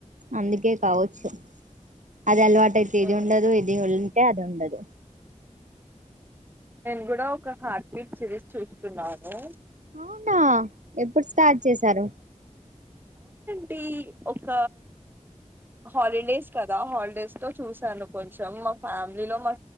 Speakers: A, on the right; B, on the right.
A: అందుకే కావచ్చు అది అల్వాటు అయితే ఇది
B: ఉమ్.
A: ఉండదు ఇది ఉంతే అది ఉండదు
B: నేను కూడా ఒక హార్ట్ బీట్ సిరీస్ చూసున్నాను
A: అవునా ఎప్పుడు స్టార్ట్ చేశారు
B: ఇటి ఒక హాలిడేస్ కదా హాలిడేస్ తో చూశాను కొంచం చాం మా ఫ్యామిలీలో మా